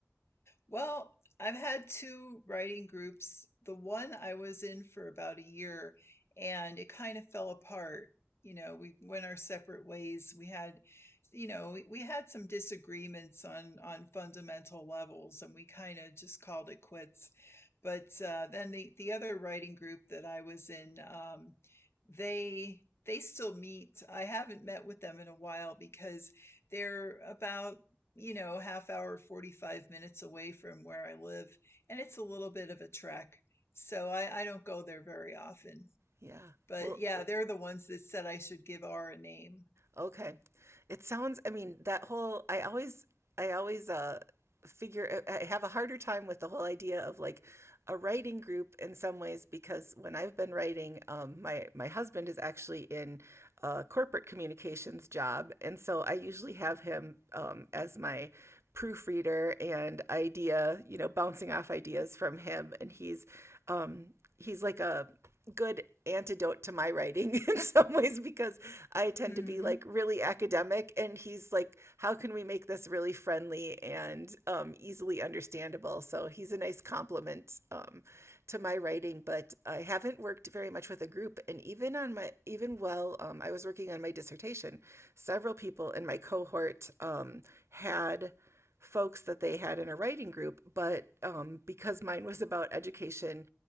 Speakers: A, on the left; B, on the right.
A: Well, I've had two writing groups. The one I was in for about a year and it kind of fell apart. You know, we went our separate ways. We had, you know, we, we had some disagreements on on fundamental levels and we kind of just called it quits. But uh, then the the other writing group that I was in, um, they they still meet. I haven't met with them in a while because they're about you know, half hour, 45 minutes away from where I live. And it's a little bit of a trek. So I, I don't go there very often.
B: Yeah.
A: But
B: Well,
A: yeah, they're the ones that said I should give R a name.
B: Okay. It sounds, I mean, that whole, I always, I always, uh, figure, I have a harder time with the whole idea of like a writing group in some ways because when I've been writing, um, my, my husband is actually in a corporate communications job. And so I usually have him, um, as my proofreader and idea, you know, bouncing off ideas from him. And he's, um, he's like a, good antidote to my writing <laughs> in some ways because I tend
A: hmm
B: to be like really academic and he's like how can we make this really friendly and um easily understandable so he's a nice compliment um to my writing but I haven't worked very much with a group and even on my even while um I was working on my dissertation several people in my cohort um had folks that they had in a writing group, but um, because mine was about education